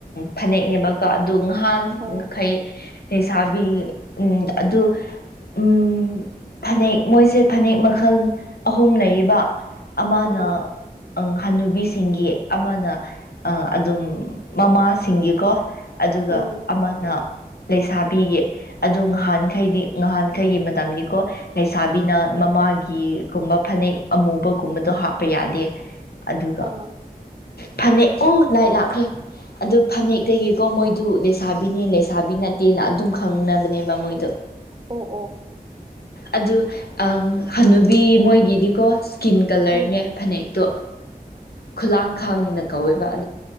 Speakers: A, on the left (about 80°); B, on the right (about 30°).
A: ꯐꯅꯦꯛꯅꯦꯕ ꯀ ꯑꯗꯨ ꯉꯍꯥꯟ
B: ꯎꯝ
A: ꯃꯈꯩ ꯂꯩꯁꯥꯕꯤ ꯎꯝ ꯑꯗꯨ ꯎꯝ ꯐꯅꯦꯛ ꯃꯣꯏꯁꯦ ꯐꯅꯦꯛ ꯃꯈꯜ ꯑꯍꯨꯝ ꯂꯩ ꯂꯩꯌꯦꯕ ꯑꯃꯅ
B: ꯎꯝ
A: ꯑꯪ ꯍꯥꯟꯅꯨꯕꯤꯁꯤꯡꯒꯤ ꯑꯃꯅ ꯑꯗꯨꯝ ꯃꯃꯥꯁꯤꯡꯒꯤꯀꯣ ꯑꯗꯨꯒ
B: ꯎꯝ
A: ꯑꯃꯅ ꯂꯩꯁꯥꯕꯤꯒꯤ ꯑꯗꯣ ꯉꯍꯥꯟꯈꯩꯗꯤ ꯉꯍꯥꯟꯈꯩꯒꯤ ꯃꯇꯝꯗꯤꯀꯣ ꯂꯩꯁꯥꯕꯤꯅ ꯃꯃꯥꯒꯤ ꯒꯤꯒꯨꯝꯕ ꯐꯅꯦꯛ ꯑꯃꯨꯕꯒꯨꯝꯕꯗꯣ ꯍꯥꯞꯄ ꯌꯥꯗꯦ ꯑꯗꯨꯒ
B: ꯑ
A: ꯐꯅꯦꯛ ꯑꯨ ꯂꯥꯏꯠ ꯂꯥꯛꯈ꯭ꯔꯦ ꯑꯗꯨ ꯐꯅꯦꯛꯇꯒꯤꯀꯣ ꯃꯣꯏꯗꯨ ꯂꯩꯁꯥꯕꯤꯅꯦ ꯂꯩꯁꯥꯕꯤ ꯅꯠꯇꯦꯅ ꯑꯗꯨꯝ ꯈꯪꯅꯕꯅꯦꯕ ꯃꯣꯏꯗꯣ
B: ꯑꯣ ꯑꯣ
A: ꯑꯗꯨ ꯍꯅꯨꯕꯤ ꯃꯣꯏꯒꯤꯗꯤꯀꯣ ꯏꯁꯀꯤꯟ ꯀꯂꯔꯅꯦ
B: ꯎꯝ
A: ꯐꯅꯦꯛꯇꯣ ꯈꯨꯂꯥꯡꯈꯥꯡꯅ ꯀꯧꯋꯦꯕ ꯑ